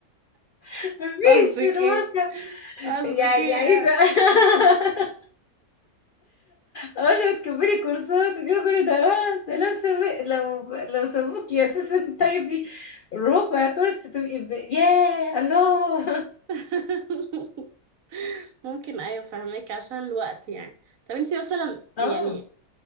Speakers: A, on the left; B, on the right.
A: <laughs> مفيش
B: قصدك
A: في الواقع
B: ايه قصدك
A: يعني
B: ايه
A: عايزة
B: يعني
A: <laughs> أقول له تكملي كورسات وكده كل ده آه، ده لو سابق لو لو سابوكي أساسا تاخدي ربع كورس تبقي ب- ياه الله
B: <laughs> ممكن ايوه فهمك عشان الوقت يعني طب انتي مثلا
A: <laughs> اه
B: يعني